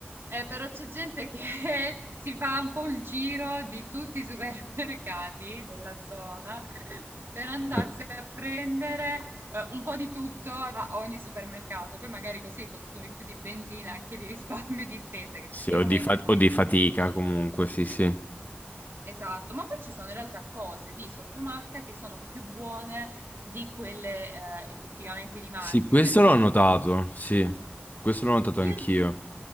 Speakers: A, on the right; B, on the left.
A: eh, però c'è gente che <laughs> si fa un po' il giro di tutti i supermercati della zona per andarsi
B: Eh,
A: a prendere eh, un po' di tutto da ogni supermercato, poi magari così consumi più di benzina che di risparmio di spesa, che effettivamente
B: Sì, o di, fa-
A: poi...
B: o di fatica comunque, sì, sì.
A: Esatto, ma poi ci sono in realtà cose di sottomarca che sono più buone di quelle eh, effettivamente di marca.
B: Sì, questo
A: Io, ad Sì. esempio,
B: l'ho notato,
A: sc-
B: sì. Questo l'ho notato
A: io
B: anch'io.